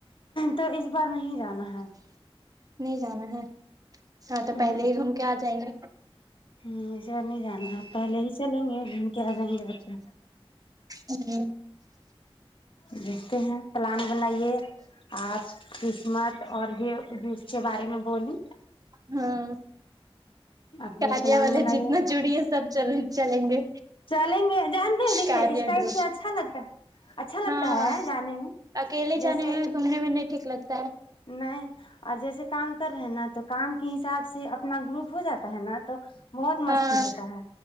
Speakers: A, on the left; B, on the right.
A: تو اس بار نہیں جانا ہے
B: نہیں جانا ہے ہاں
A: ہے
B: تو پہلے ہی گھوم کے آ جائیں گے
A: ا سر نہیں جانا پہلے ہی چلیں گے کے آ جائیں گے بچے
B: ہوں
A: دیھکتے ہیں پلان بنائیے آپ قسمت اور بھی جو اس کے بارے میں بول
B: ہاں
A: آپ
B: کاریا
A: لوگ پلان
B: والے
A: بنائیے
B: جتنا چڑی ہے سب چل چلیں گے
A: چلیں گے جانتے ہیں دیکھیے
B: کاریا
A: اس ٹائپ
B: گروپ
A: سے اچھا لگتا اچھا لگتا
B: ہاں
A: ہے جانے میں
B: اکیلے جانے
A: جیسے
B: میں گھومنے میں نہیں ٹھیک لگتا ہے
A: نہیں اور جیسے کام کر رہے ہیں نا تو کام کے حساب سے اپنا گروپ ہو جاتا ہے نا تو بہت مستی
B: ہاں
A: ہوتا ہے